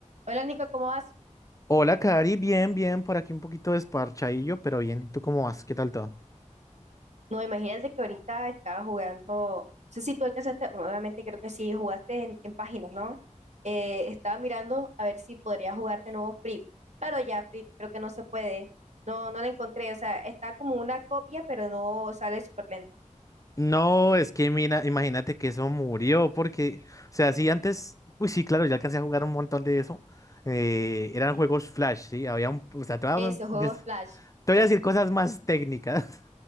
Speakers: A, on the right; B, on the left.
A: Hola Nico, ¿cómo vas?
B: Hola, Cari, bien, bien, por aquí un poquito desparchadillo, pero bien. ¿Y tú cómo vas? ¿Qué tal todo?
A: No, imagínate que ahorita estaba jugando, no sé si tú alcanzaste, obviamente creo que sí, jugaste en, en páginas, ¿no? Eh, estaba mirando a ver si podría jugar de nuevo Free. Claro, ya Free creo que no se puede, no, no la encontré, o sea, está como una copia, pero no sale súper lenta.
B: No, es que mira, imagínate que eso murió, porque, o sea, sí, antes, uy, sí, claro, yo alcancé a jugar un montón de eso. eh, eran juegos Flash, sí, había un, o sea, te voy
A: Ese
B: a,
A: juego
B: des-
A: es Flash,
B: te voy a decir cosas más técnicas.